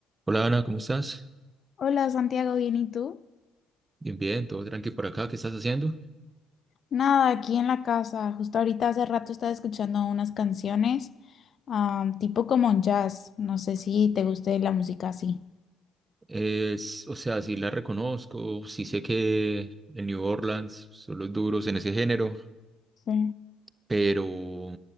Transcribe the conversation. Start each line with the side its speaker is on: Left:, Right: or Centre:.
Right: Hola Ana, ¿cómo estás?
Left: Hola Santiago, ¿bien y tú?
Right: Bien, bien, todo tranqui por acá, ¿qué estás haciendo?
Left: Nada, aquí en la casa. Justo ahorita hace rato estaba escuchando unas canciones, ah, tipo como jazz. No sé si te guste la música así.
Right: Es, o sea, sí la reconozco, sí sé que en New Orleans son los duros en ese género,
Left: Sí.
Right: pero,